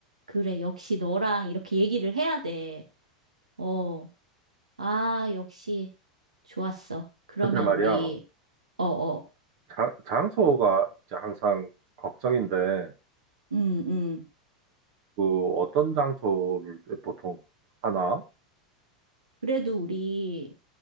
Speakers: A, on the right; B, on the right.
A: 그래. 역시 너랑 이렇게 얘기를 해야 돼. 어, 아, 역시. 좋았어. 그러면
B: 근데 말이야,
A: 우리, 어어,
B: 자, 장소가 이제 항상 걱정인데,
A: 음, 음.
B: 그 어떤 장소를 보통 하나?
A: 그래도 우리,